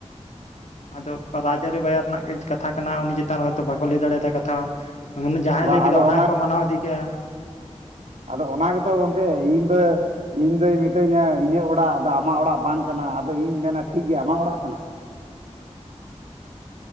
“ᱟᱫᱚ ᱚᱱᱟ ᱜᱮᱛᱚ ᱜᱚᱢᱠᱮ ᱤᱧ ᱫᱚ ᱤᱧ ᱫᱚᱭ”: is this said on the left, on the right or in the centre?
Right